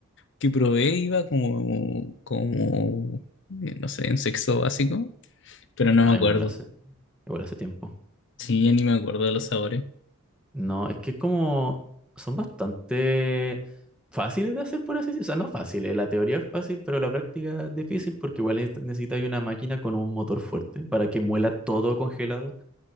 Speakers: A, on the left; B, in the centre.
A: que probé iba como, como, eh, no sé, en sexto básico, pero no
B: Ah,
A: me acuerdo.
B: igual hace, igual hace tiempo.
A: Sí, ya ni me acuerdo de los sabores.
B: No, es que es como son bastante fáciles de hacer, por así decirlo. O sea, no fáciles, la teoría es fácil, pero la práctica es difícil porque igual neces- necesitas una máquina con un motor fuerte para que muela todo congelado.